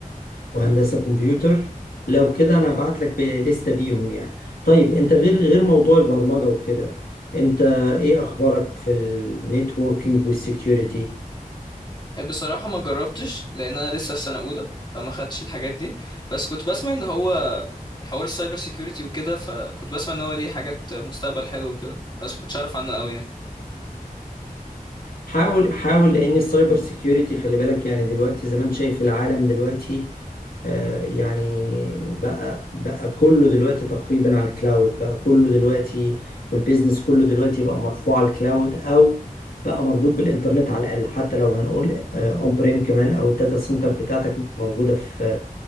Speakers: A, on the left; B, on the left.
A: وهندسه كمبيوتر لو كده انا هبعت لك لستة بيهم يعني طيب انت غير غير موضوع البرمجه وكده انت ايه اخبارك في النيتوركينج والسكيورتي
B: بصراحة ما جربتش لان انا لسه في سنة اولى فما خدتش الحاجات دي بس كنت بسمع ان هو حوار السايبر سيكيورتي وكده فكنت بسمع ان هو ليه حاجات مستقبل حلو وكده بس ما كنتش اعرف عنه قوي يعني
A: حاول حاول لان السايبر سيكيورتي خلي بالك يعني دلوقتي زي ما انت شايف العالم دلوقتي آه، يعني بقى بقى كله دلوقتي تقريبا على الكلاود بقى كله دلوقتي والبيزنس كله دلوقتي بقى مرفوع على الكلاود او بقى مربوط بالانترنت على الاقل حتى لو هنقول اون بريم كمان او الداتا سنتر بتاعتك موجوده في